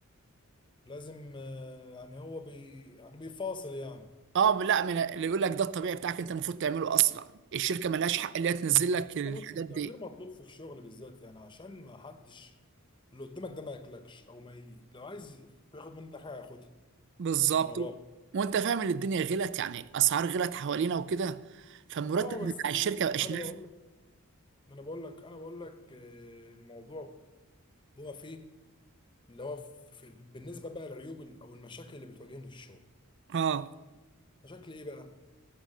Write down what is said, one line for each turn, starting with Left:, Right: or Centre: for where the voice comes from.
Left: لازم آه، يعني هو بي يعني بيفاصل يعني
Right: اه لا من اللي يقول لك ده الطبيعي بتاعك انت المفروض تعمله اصلا الشركه ملهاش حق اللي هي تنزل لك الحاجات
Left: آه، بس التقدير
Right: دي
Left: مطلوب في الشغل بالذات يعني عشان ما حدش اللي قدامك ده ما ياكلكش او ما ي... لو عايز ياخد منك حاجه ياخدها
Right: بالظبط
Left: من وراك
Right: وانت فاهم ان الدنيا غلت يعني اسعار غلت حوالينا وكده فالمرتب
Left: اه
Right: بتاع
Left: بس
Right: الشركه مبقاش
Left: انا
Right: نافع
Left: بقول لك انا بقول لك انا بقول لك آه، الموضوع هو فيه اللي هو في... في... بالنسبه بقى للعيوب ال- او المشاكل اللي بتواجهني في الشغل
Right: اه
Left: مشاكل ايه بقى